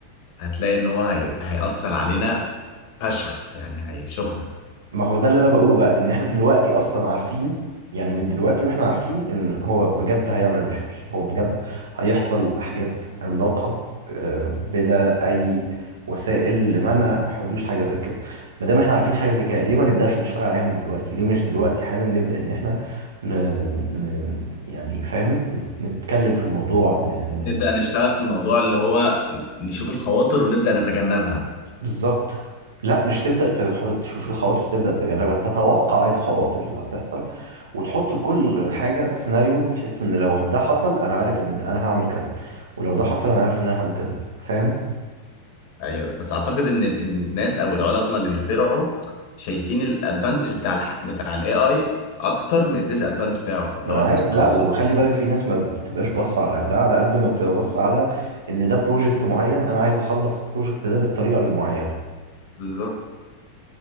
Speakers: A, on the left (about 45°); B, on the right (about 65°).
A: هتلاقي ان هو هي... هيأثر علينا فشخ يعني هيفشخنا
B: ما هو ده اللي انا بقوله بقى ان احنا دلوقتي اصلا عارفين يعني من دلوقتي واحنا عارفين ان هو بجد هيعمل مشاكل هو بجد هيحصل حاجات عملاقة آه، بلا اي وسائل لمنع حدوث حاجة زي كده ما دام احنا عارفين حاجة زي كده ليه ما نبدأش نشتغل عليها من دلوقتي ليه مش دلوقتي حالا نبدأ ان احنا ن... ن... يعني فاهم نت- نتكلم في الموضوع ن... ن...
A: نبدأ نشتغل في الموضوع اللي هو نشوف الخواطر ونبدأ نتجنبها
B: بالظبط لا مش تبدأ تح- تشوف الخواطر تبدأ تتجنبها تتوقع إيه الخواطر اللي هتحصل وتحط لكل حاجة سيناريو بحيث ان لو ده حصل انا عارف ان انا هعمل كذا ولو ده حصل انا عارف ان انا هعمل كذا فاهم
A: ايوه بس اعتقد ان ال- الناس او العلماء اللي بيخترعوا شايفين الادفانتج بتاع الح... بتاع الاي اي اكتر من الديس ادفانتج بتاعه فاللي
B: ما انا
A: هو
B: عارف لا
A: خلصان
B: وخلي بالك في ناس ما بتبقاش باصة على ده على قد ما بتبقى باصة على ان ده بروجكت معين انا عايز اخلص البروجكت ده بالطريقة المعينة
A: بالظبط